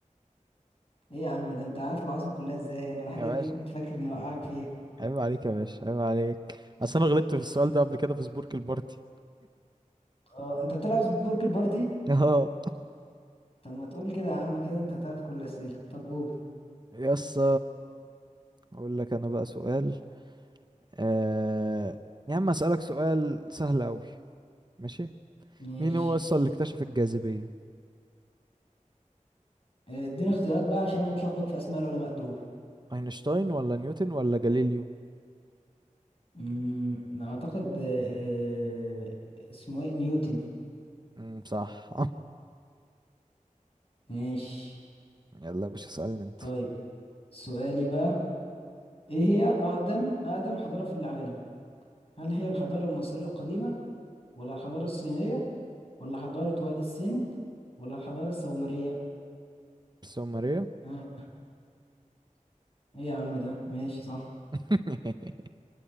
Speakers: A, on the left; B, on the right.
A: ايه يا عم ده انت عارف العاصمة كلها ازاي انا الحاجات
B: يا باشا
A: دي كنت فاكر اني اوقعك فيها
B: عيب عليك يا باشا عيب عليك اصل انا غلطت في السؤال ده قبل كده في سبورك البارتي
A: اه انت بتلعب سبورك البارتي
B: <laughs> اه
A: طب ما تقول كده يا عم كده انت هتعرف كل الأسئلة طب قول
B: يس اقول لك انا بقى سؤال آه... يا عم اسالك سؤال سهل قوي ماشي
A: ماشي
B: مين هو اصلا اللي اكتشف الجاذبية
A: آه، اديني اختيارات بقى عشان انا بتلخبط في اسماء العلماء دول
B: اينشتاين ولا نيوتن ولا جاليليو
A: امم اعتقد آه، آه، اسمه ايه نيوتن
B: امم صح
A: ماشي
B: <laughs> يلا يا باشا اسالني انت
A: طيب سؤالي بقى ايه هي اقدم اقدم حضارة في العالم هل هي الحضارة المصرية القديمة ولا الحضارة الصينية ولا حضارة وادي السند ولا الحضارة السومرية
B: بس هو ماريا
A: ها ايه يا عم ده ماشي صح
B: <laughs>